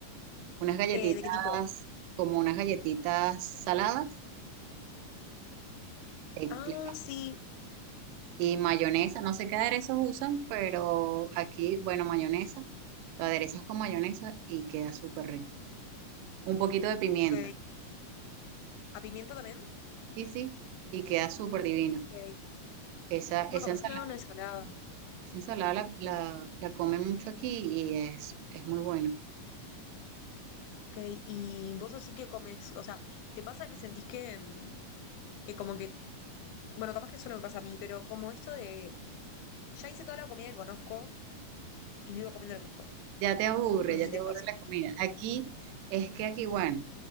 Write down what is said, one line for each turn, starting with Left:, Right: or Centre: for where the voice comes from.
Right: Unas galletitas,
Left: Eh, ¿de qué tipo?
Right: como unas galletitas saladas. eh,
Left: Ah,
Right: le-
Left: sí,
Right: Y mayonesa, no sé qué aderezos usan, pero aquí, bueno, mayonesa. Lo aderezas con mayonesa y queda súper rico. un poquito de pimienta.
Left: ok. ¿A pimiento también?
Right: Sí, sí, y queda súper divino.
Left: Ok.
Right: Esa,
Left: Bueno,
Right: esa
Left: capaz
Right: ensalada,
Left: que me haga una ensalada.
Right: esa ensalada la, la, la comen mucho aquí y es, es muy bueno.
Left: Ok, y vos así que comes, o sea, ¿te pasa que sentís que, mm, que como que, bueno, capaz que solo me pasa a mí, pero como esto de... Ya hice toda la comida que conozco, y vivo comiendo lo mismo.
Right: Ya te aburre,
Left: No
Right: ya
Left: sé si
Right: te
Left: te
Right: aburre
Left: pasa.
Right: la comida. Aquí es que aquí, bueno,